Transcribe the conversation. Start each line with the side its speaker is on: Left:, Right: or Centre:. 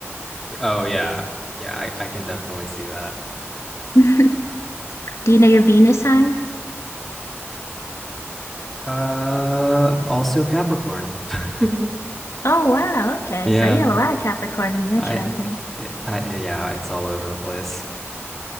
Centre: Oh yeah. Yeah, I, I can definitely see that.
Left: <laughs> Do you know your Venus sign?
Centre: Uh also Capricorn. <laughs>
Left: Oh, wow. Okay.
Centre: Yeah.
Left: So you have a lot of Capricorn in your
Centre: I,
Left: chart then.
Centre: it, I yeah, it's all over the place.